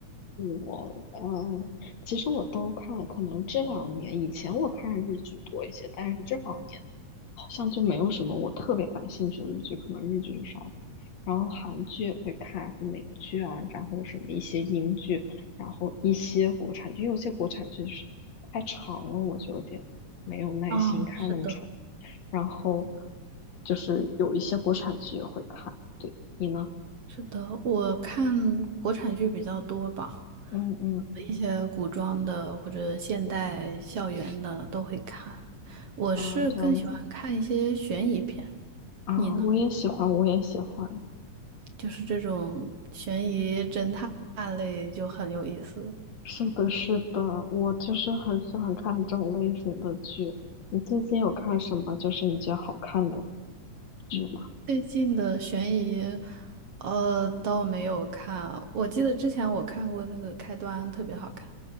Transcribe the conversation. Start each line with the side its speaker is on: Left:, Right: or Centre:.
Left: 我嗯，其实我都看，可能这两年以前我看日剧多一些，但是这两年好像就没有什么我特别感兴趣的日剧，可能日剧就少。然后韩剧也会看，然后美剧啊，然后什么一些英剧，然后一些国产剧，因为有些国产剧就是太长了，我就有点没有耐心看那么长。
Right: 哦，是的。
Left: 然后就是有一些国产剧也会看，对，你呢？
Right: 是的，我看国产剧比较多吧，
Left: 嗯嗯
Right: 一些古装的或者现代校园的都会看。我是更喜欢看一些悬疑片，
Left: 啊，这样子啊，
Right: 你呢？
Left: 我也喜欢，我也喜欢。
Right: 就是这种悬疑侦探类就很有意思。
Left: 是的，是的，我就是很喜欢看这种类型的剧。你最近有看什么就是你觉得好看的剧吗？
Right: 最近的悬疑，呃，倒没有看。我记得之前我看过那个开端，特别好看。